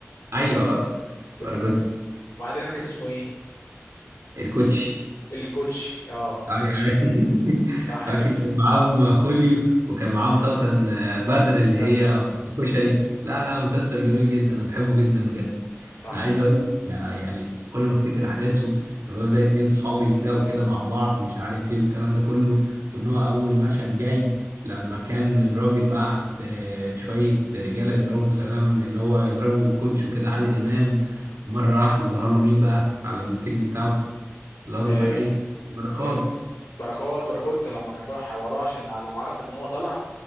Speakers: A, on the right; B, on the left.
A: ايوه بقى
B: و-
A: باراكوتا
B: وعادل امام كان اسمه ايه
A: الكوتشي
B: الكوتش اه الكوتش
A: ايوه ايوه
B: صح
A: <laughs> فاكر
B: كده
A: كان معاهم خوليو وكان معاهم سوسن آه، بدر اللي
B: بدر
A: هي كشري لا لا مسلسل جميل جدا انا بحبه جدا بجد
B: صح
A: انا عايز اقول لك يعني كل ما افتكر احداثه واللي هو ازاي اتنين صحابي يتلاقوا كده مع بعض ومش عارف ايه والكلام ده كله وان هو اول مشهد جاي لما كان الراجل بعت آه، شويه رجاله يضربوا سلام اللي هو يضربوا كوتش وكده عادل امام مره واحده ظهر له مين بقى على الموتوسيكل بتاعه ظهر
B: آه،
A: له بقى ايه بركات
B: كان بركات بركات لما كان راح وراه عشان على ما عرف ان هو طلع